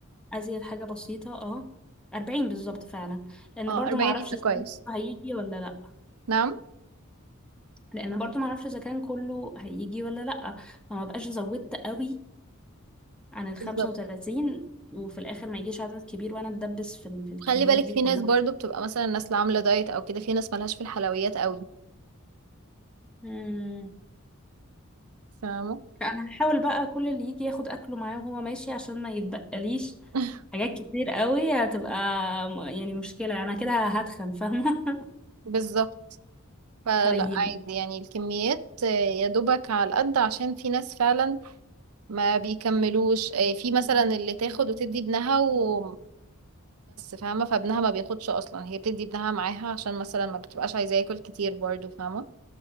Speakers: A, in the centre; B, on the right.
A: ازيد حاجة بسيطة اه اربعين بالظبط فعلا لان
B: اه
A: برضو
B: أربعين
A: معرفش
B: يبقى
A: الزيت
B: كويس
A: هيجي ولا لا
B: نعم
A: لان برضو ما اعرفش اذا كان كله هيجي ولا لا فما بقاش زودت قوي عن ال 35
B: بالظبط
A: وفي الاخر ما يجيش عدد كبير وانا اتدبس في ال- في الكميات
B: خلي بالك
A: دي
B: في
A: كلها
B: ناس برضو بتبقى مثلا الناس اللي عاملة دايت أو كده في ناس ملهاش في الحلويات قوي
A: مم.
B: فاهمة
A: فانا هحاول بقى كل اللي يجي ياخد اكله معاه وهو ماشي عشان ما يتبقليش
B: <laughs>
A: حاجات كتير قوي هتبقى م- يعني مشكلة انا كده هتخن فاهمة <laughs>
B: بالظبط فلا
A: طيب
B: عادي يعني الكميات آه، يا دوبك على القد عشان في ناس فعلا ما بيكملوش آه، في مثلا اللي تاخد وتدي ابنها وبس فاهمة فابنها ما بياخدش أصلا هي بتدي ابنها معاها عشان مثلا ما بتبقاش عايزاه ياكل كتير برضو فاهمة